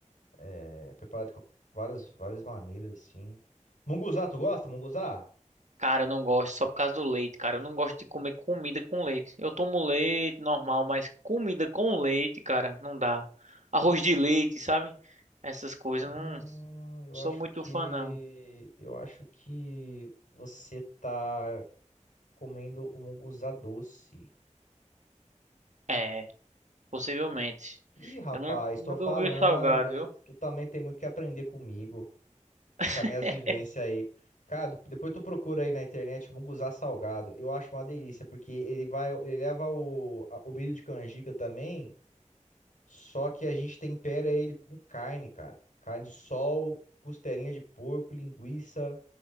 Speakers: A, on the left; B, on the right.
A: é, preparada de co- várias, várias maneiras, assim. Munguzá, tu gosta, munguzá?
B: Cara, eu não gosto só por causa do leite, cara. Eu não gosto de comer comida com leite. Eu tomo leite normal, mas comida com leite, cara, não dá. Arroz de leite, sabe? Essas coisas,
A: Não,
B: eu não
A: eu
B: sou
A: acho
B: muito
A: que
B: fã, não.
A: eu acho que você tá comendo o munguzá doce.
B: É, possivelmente.
A: Ih, rapaz,
B: Eu não, nunca
A: tô falando,
B: ouvi salgado,
A: é,
B: viu?
A: tu também tem muito que aprender comigo. com
B: <laughs>
A: as minhas vivências aí. Cara, depois tu procura aí na internet munguzá salgado. Eu acho uma delícia, porque ele vai, ele leva o, a- o milho de canjica também, só que a gente tempera ele com carne, cara. Carne de sol, costelinha de porco, linguiça,